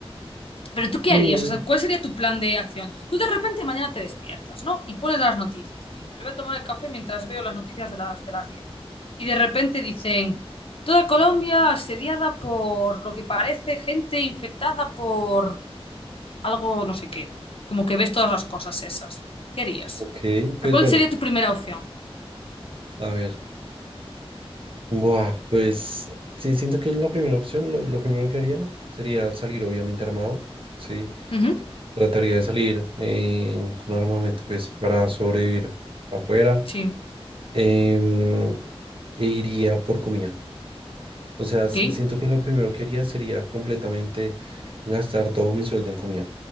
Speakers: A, on the left (about 65°); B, on the right (about 60°).
A: Pero tú
B: Sí,
A: qué harías, o sea, ¿cuál sería tu plan de acción? Tú de repente mañana te despiertas, ¿no? Y pones las noticias y dices, "Me voy a tomar el café mientras veo las noticias de las, de las 10. Y de repente dicen, toda Colombia asediada por lo que parece gente infectada por algo no sé qué. Como que ves todas las cosas esas. ¿Qué harías?
B: Ok,
A: O
B: pues
A: sea, ¿cuál
B: bueno,
A: sería tu primera opción?
B: a ver. Buah, pues sí, siento que la primera opción, lo, lo primero que haría sería salir obviamente armado, ¿sí?
A: Ujú,
B: Trataría de salir eh, con armamento pues para sobrevivir afuera
A: Sí,
B: em, e iría por comida. O sea,
A: ok.
B: si- siento que lo primero que haría sería completamente gastar todo mi sueldo en comida.